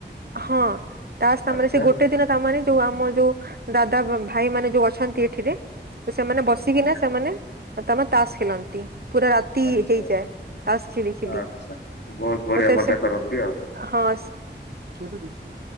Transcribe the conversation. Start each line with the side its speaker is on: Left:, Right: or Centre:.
Right: ହଁ। ତାସ ଆମର
Left: ଆଚ୍ଛା
Right: ସେ ଗୋଟେ ଦିନ ତାମାନେ ଯୋଉ ଆମ ଯୋଉ ଦାଦା ଭା-ଭାଇ ମାନେ ଯୋଉ ଅଛନ୍ତି ଏଠିରେ, ତ ସେମାନେ ବସି ବସିକିନା
Left: ଆଜ୍ଞା
Right: ସେମାନେ, ତାମାନ ତାସ ଖେଲନ୍ତି। ପୁରା ରାତି
Left: ଆଚ୍ଛା
Right: ହେଇଯାଏ ତାସ ଖେଲି ଖିଲି।
Left: ଆଚ୍ଛା ବହୁତ ବଢିଆ
Right: ତ
Left: ମଜା
Right: ସେ
Left: କରନ୍ତି ଆଉ।
Right: ହଁ।